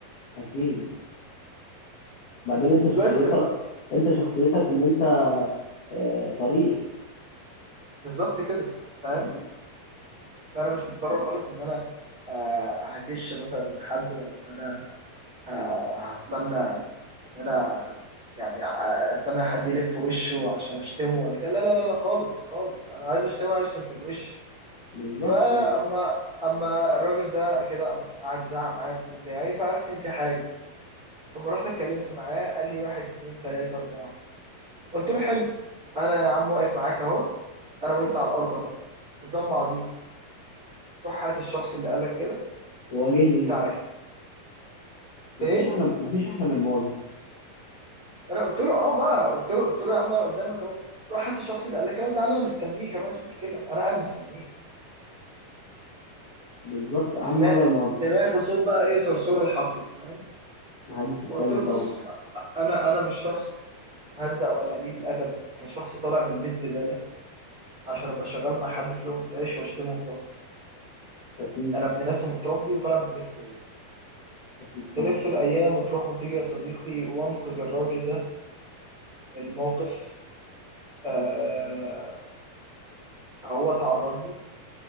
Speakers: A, on the left; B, on the right.
A: أكيد بعدين أنت شخصيتك
B: بس ف...
A: أنت شخصيتك إن أنت آه، صريح
B: بالظبط كده فاهم
A: م-
B: فانا مش مضطر خالص ان انا آه، هكش مثلا من حد ولا ان انا ه- هستنى ان انا يعني آه، استنى حد يلف وشه عشان اشتمه ولا كده لا لا لا لا خالص خالص انا عايز اشتمه هشتم في الوش
A: بالظبط
B: فاما اما الراجل ده كده قام قعد يزعق معايا بدون داعي فعرفت ان في حاجه فما رحت اتكلمت معاه قال لي واحد اتنين تلاته اربعه قلت له حلو انا يا عم واقف معاك اهو انا وانت على الارض اهو قدام بعضينا روح هات الشخص اللي قال لك كده
A: واجهني
B: وتعالى
A: بيه مفيش
B: ايه
A: أحلى مفيش أحلى من المواجهة
B: انا قلت له اه بقى قلت له قلت له يا عم انا قدامك اهو روح هات الشخص اللي قال لك كده وتعالى انا مستنيك انا ما عنديش مشكله انا قاعد مستنيك
A: بالظبط أهم
B: سمعت
A: حاجة المواجهة
B: سمعت صوت بقى ايه صرصور الحقل فاهم
A: محدش اتكلم
B: فقلت له
A: طبعا
B: بص انا انا مش شخص مهزأ ولا قليل الادب ولا شخص طالع من البيت زباله عشان ابقى شغال مع حد في لقمه عيش واشتمه في ظهره
A: اكيد
B: انا ابن ناس ومتربي وطالع من البيت كويس
A: اكيد
B: تلف
A: طبعا
B: الايام وتروح وتيجي يا صديقي وانقذ الراجل ده من موقف آه، هو تعرض له